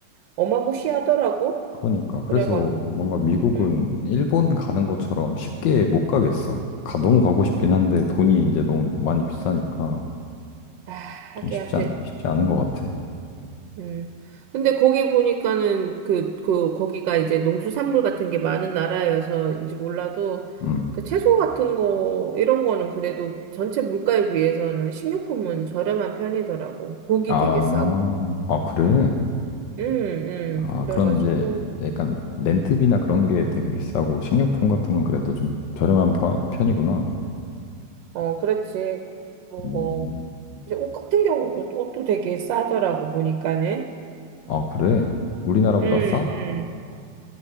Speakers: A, on the right; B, on the left.
A: 어마무시하더라고.
B: 그러니까 그래서
A: 그래가지고,
B: 뭔가 미국은
A: 음.
B: 일본 가는 것처럼 쉽게 못 가겠어. 가, 너무 가고 싶긴 한데 돈이 이제 너무 많이 비싸니까
A: 아, 하기야.
B: 좀 쉽지
A: 그,
B: 않, 쉽지 않은 것 같아.
A: 음. 근데 거기 보니까는 그, 그, 거기가 이제 농수산물 같은 게 많은 나라여서인지 몰라도
B: 음.
A: 그 채소 같은 거, 이런 거는 그래도 전체 물가에 비해서는 식료품은 저렴한 편이더라고. 고기
B: 아,
A: 되게 싸고.
B: 아 그래?
A: 응응
B: 아
A: 그래가지고,
B: 그런 이제 약간 렌트비나 그런 게 되게 비싸고 식료품 같은 건 그래도 좀 저렴한 편- 편이구나.
A: 어, 그렇지. 어,
B: 음.
A: 뭐, 이제 옷 같은 경우도 옷도 되게 싸더라고, 보니까는.
B: 아 그래? 우리나라보다
A: 응
B: 싸?
A: 응